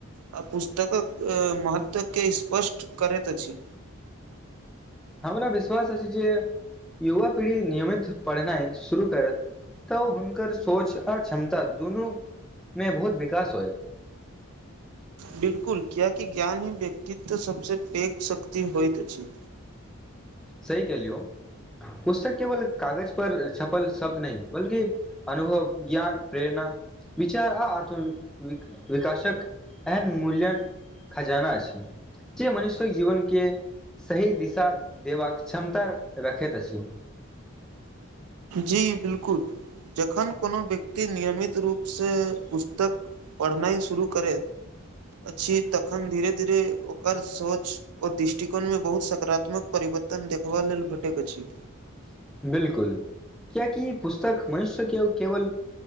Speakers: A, on the right; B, in the centre.
A: आ पुस्तकक महत्वके स्पष्ट करैत अछि
B: हमरा विश्वास अछि जे युवा पीढ़ी नियमित पढ़नाइ शुरू करत तऽ हुनकर सोच आ क्षमता दुनू में बहुत विकास होएत <inaudible>
A: बिलकुल किएकि ज्ञानी व्यक्तित्व सबसे पैघ शक्ति होइत अछि
B: सही कलियौ पुस्तक केवल कागज पर छपल शब्द नहि बल्कि अनुभव ज्ञान प्रेरणा विचार आ आत्म विकासक एहन मूल्यन खजाना छै जे मनुष्य जीवन केँ सही दिशा देबाक क्षमता रखैत अछि
A: जी बिलकुल जखन कोनो व्यक्ति नियमित रूप से पुस्तक पढ़नाइ शुरू करैत अछि तखन धीरे धीरे ओकर सोच आ दृष्टिकोण में बहुत सकारात्मक परि बततन देखबा लेल भेटक अछि
B: बिलकुल क्याकि पुस्तक मनुष्य के केवल